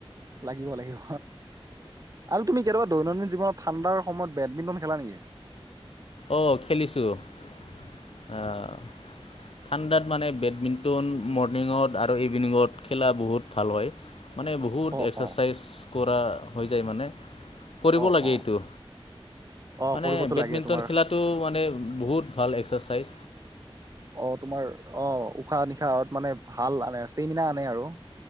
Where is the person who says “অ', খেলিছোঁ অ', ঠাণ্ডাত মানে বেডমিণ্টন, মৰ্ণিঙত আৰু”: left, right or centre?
Left